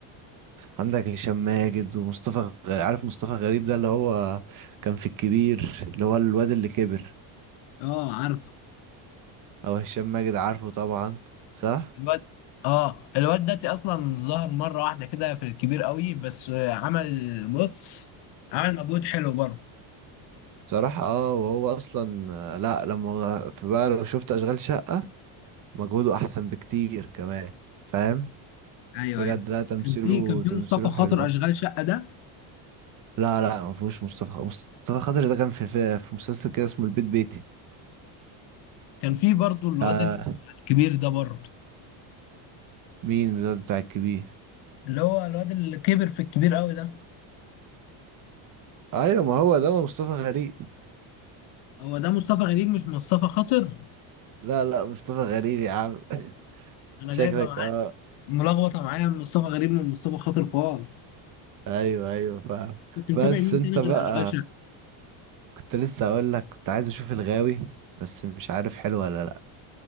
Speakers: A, on the right; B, on the left.
A: عندك هشام ماجد ومصطفى غريب عارف مصطفى غريب ده اللي هو كان في الكبير اللي هو الواد اللي كبر
B: أه عارف
A: او هشام ماجد عارفه طبعا صح
B: الواد أه الواد ده أصلا ظهر مرة واحدة كده في الكبير قوي بس آه، عمل بص عمل مجهود حلو برضه
A: بصراحة اه وهو اصلا آه، لا لما في بقى لو شفت اشغال شقة مجهوده احسن بكتير كمان فاهم
B: أيوه
A: بجد
B: أيوه
A: لا تمثيله
B: كان في كان في
A: تمثيله
B: مصطفى خاطر
A: حلو اه
B: أشغال شقة ده
A: لا لا ما فيهوش مصطفى مصطفى خاطر ده كان في في, في مسلسل كده اسمه البيت بيتي
B: كان في برضه الواد
A: آه
B: اللي هو مع الكبير ده برضه
A: مين ده بتاع الكبير
B: اللي هو الواد اللي كبر في الكبير قوي ده
A: ايوه ما هو ده ما مصطفى غريب
B: هو ده مصطفى غريب مش مصطفى خاطر
A: لا لا مصطفى غريب يا عم <laughs>
B: أنا
A: شكلك
B: جايبه معاه
A: اه
B: ملخبطه معايا من مصطفى غريب من مصطفى خاطر خالص
A: ايوه ايوه فاهم
B: كنت متابع
A: بس
B: مين
A: انت
B: تاني غير
A: بقى
B: اشغال شقه
A: كنت لسه اقول لك كنت عايز اشوف الغاوي بس مش عارف حلو ولا لا